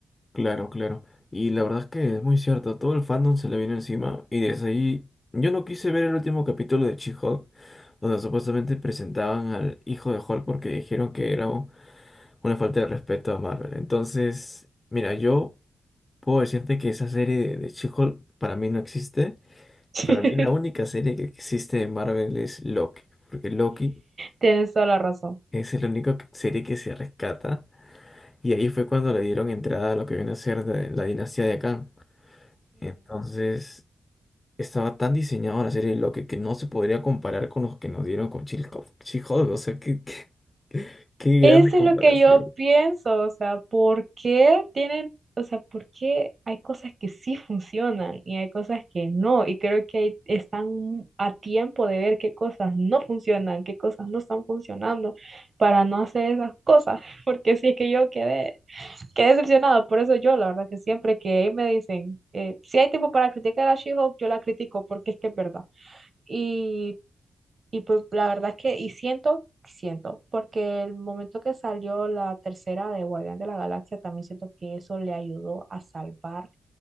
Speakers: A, on the left; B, on the right.
A: Claro, claro. Y la verdad es que es muy cierto, todo el fandom se le vino encima y desde ahí yo no quise ver el último capítulo de She-Hulk, donde supuestamente presentaban al hijo de Hulk porque dijeron que era u- una falta de respeto a Marvel. Entonces, mira, yo puedo decirte que esa serie de, de She-Hulk para mí no existe.
B: <laughs>
A: Para mí la única serie que existe de Marvel es Loki, porque Loki
B: Tienes toda la razón.
A: es la única serie que se rescata y ahí fue cuando le dieron entrada a lo que viene a ser de la dinastía de Kang. Entonces, estaba tan diseñado la serie de Loki que no se podría comparar con los que nos dieron con Chilco, hulk She-Hulk, o sea, qué, qué, qué grande
B: Eso
A: comparación.
B: es lo que yo pienso, o sea, ¿por qué tienen, o sea, por qué hay cosas que sí funcionan y hay cosas que no? Y creo que ahí están a tiempo de ver qué cosas no funcionan, qué cosas no están funcionando para no hacer esas cosas, <laughs> porque sí es que yo quedé, quedé decepcionada, por eso yo, la verdad, que siempre que me dicen, eh, si hay tiempo para criticar a She-Hulk, yo la critico porque es que es verdad. Y y pues la verdad es que, y siento, siento, porque el momento que salió la tercera de Guardián de la Galaxia, también siento que eso le ayudó a salvar